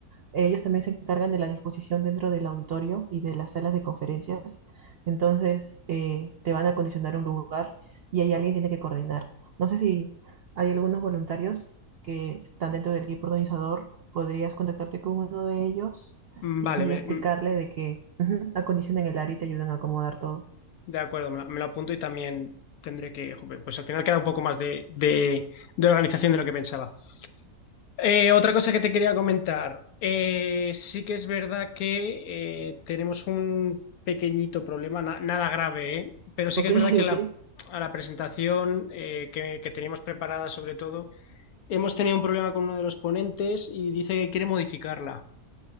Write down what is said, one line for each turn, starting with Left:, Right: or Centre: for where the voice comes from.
Right: Ellos también se encargan de la disposición dentro del auditorio y de las salas de conferencias. Entonces, eh, te van a condicionar un lugar y ahí alguien tiene que coordinar. No sé si hay algunos voluntarios que están dentro del equipo organizador. Podrías contactarte con uno de ellos
Left: Mm, Vale,
Right: y
Left: me-
Right: explicarle
Left: mm,
Right: de que ujú, acondicionen el área y te ayudan a acomodar todo.
Left: de acuerdo, me lo, me lo apunto y también tendré que... jope, Pues al final queda un poco más de de- de organización de lo que pensaba. Eh, otra cosa que te quería comentar. Eh, sí que es verdad que eh, tenemos un pequeñito problema, na- nada grave, ¿eh? Pero sí
Right: Ok,
Left: que es verdad
Right: <laughs>
Left: que
Right: ok.
Left: la, a la presentación eh, que, que teníamos preparada, sobre todo, hemos tenido un problema con uno de los ponentes y dice que quiere modificarla.